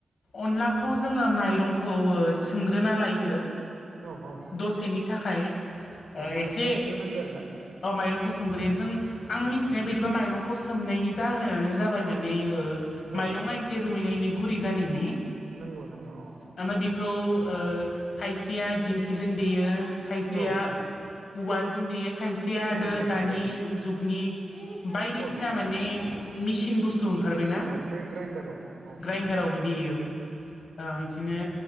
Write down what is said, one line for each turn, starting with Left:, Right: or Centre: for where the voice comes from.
Left: अनलाखौ जोङो मायरंखौ ओ सोमग्रोना लायो
Right: औ औ
Left: दसेनि थाखाय ओ
Right: माइरंखौ
Left: एसे
Right: सोमग्रोनांगौ आरो ना
Left: ओ माइरंखौ सोमग्रोयो जों आं
Right: औ
Left: मिथिनाय बायदिबा माइरंखौ सोमनायनि जाहोनानो जाबाय माने
Right: औ
Left: माइरंआएसे रुइनायनि गुरै जानायनि
Right: नंगौ नंगौ औ
Left: ओमफ्राय बेखौ ओ खायसेया दिंखिजों देयो खायसेया
Right: औ
Left: उवालजों देयो खायसेया आरो
Right: नंगौ नंगौ
Left: दानि जुगनि बायदिसिना
Right: औ
Left: माने मिसिन बुस्थु ओंखारबायनाा
Right: मेसिनाव बे ग्राइन्डाराव औ
Left: ग्राइनडारावबो देयो औ बिदिनो